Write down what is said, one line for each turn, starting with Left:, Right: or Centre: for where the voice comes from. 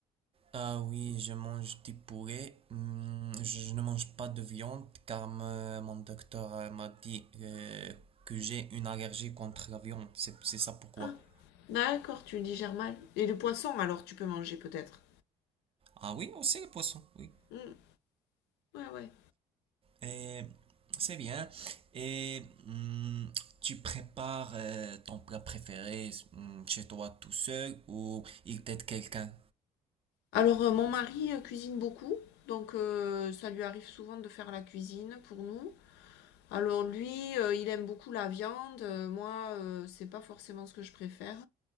Right: Ah oui, je mange du poulet. Hmm, Je ne mange pas de viande car me- mon docteur euh, m'a dit euh, que j'ai une allergie contre la viande. C'est c'est ça pourquoi.
Left: Ah, d'accord, tu digères mal. Et le poisson, alors tu peux manger peut-être.
Right: Ah oui, aussi le poisson, oui.
Left: Hmm, ouais, ouais.
Right: Et c'est bien. Et hmm, tu prépares euh, ton plat préféré hmm, chez toi tout seul ou il t'aide quelqu'un?
Left: Alors, euh, mon mari euh, cuisine beaucoup, donc euh, ça lui arrive souvent de faire la cuisine pour nous. Alors lui, euh, il aime beaucoup la viande, euh, moi, euh, c'est pas forcément ce que je préfère.